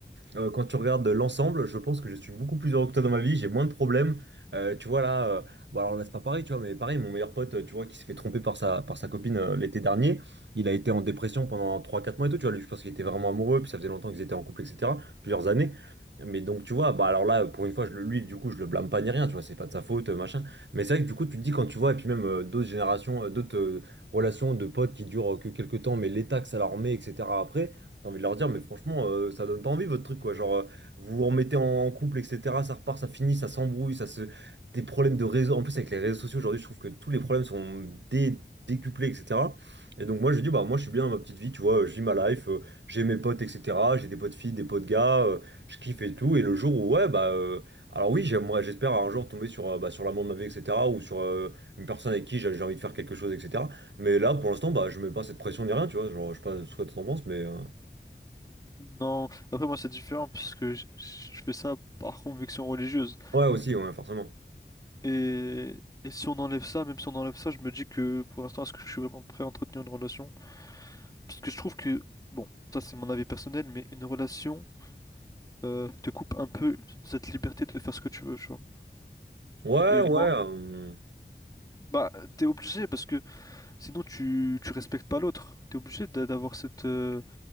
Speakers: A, on the right; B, on the left.
A: Euh, quand tu regardes l'ensemble, je pense que je suis beaucoup plus heureux que toi dans ma vie, j'ai moins de problèmes. Euh, tu vois là, euh, bon alors là c'est pas pareil, tu vois, mais pareil, mon meilleur pote, euh, tu vois, qui s'est fait tromper par sa, par sa copine euh, l'été dernier, il a été en dépression pendant trois quatre mois et tout, tu vois, lui je pense qu'il était vraiment amoureux, puis ça faisait longtemps qu'ils étaient en couple, etc., plusieurs années. Mais donc tu vois, bah alors là, pour une fois, je, le- lui du coup, je le blâme pas ni rien, tu vois, c'est pas de sa faute, euh, machin. Mais c'est vrai que du coup, tu te dis quand tu vois, et puis même euh, d'autres générations, euh, d'autres euh, relations de potes qui durent euh, que quelques temps, mais l'état que ça leur met, etc. après. T'as envie de leur dire, mais franchement, euh, ça donne pas envie votre truc, quoi. Genre, euh, vous vous remettez en en couple, etc. Ça repart, ça finit, ça s'embrouille, ça se. Des problèmes de réseau. En plus, avec les réseaux sociaux aujourd'hui, je trouve que tous les problèmes sont dé- décuplés, etc. Et donc, moi, je dis, bah, moi, je suis bien dans ma petite vie, tu vois, je vis ma life, euh, j'ai mes potes, etc. J'ai des potes filles, des potes gars, euh, je kiffe et tout. Et le jour où, ouais, bah. euh, alors, oui, j'aimerais, j'espère un jour tomber sur, euh, bah, sur l'amour de ma vie, etc. Ou sur euh, une personne avec qui j'ai j'ai envie de faire quelque chose, etc. Mais là, pour l'instant, bah, je mets pas cette pression ni rien, tu vois. Genre, je sais pas ce que t'en penses, mais. euh,
B: Non, après moi c'est différent parce que je je fais ça par conviction religieuse.
A: Ouais, aussi, ouais, forcément.
B: Et, et si on enlève ça, même si on enlève ça, je me dis que pour l'instant, est-ce que je suis vraiment prêt à entretenir une relation? Parce que je trouve que, bon, ça c'est mon avis personnel, mais une relation euh, te coupe un peu cette liberté de faire ce que tu veux, tu vois.
A: Ouais,
B: Et moi,
A: ouais. euh,
B: bah, t'es obligé parce que sinon tu, tu respectes pas l'autre. T'es obligé d'a- d'avoir cette, euh,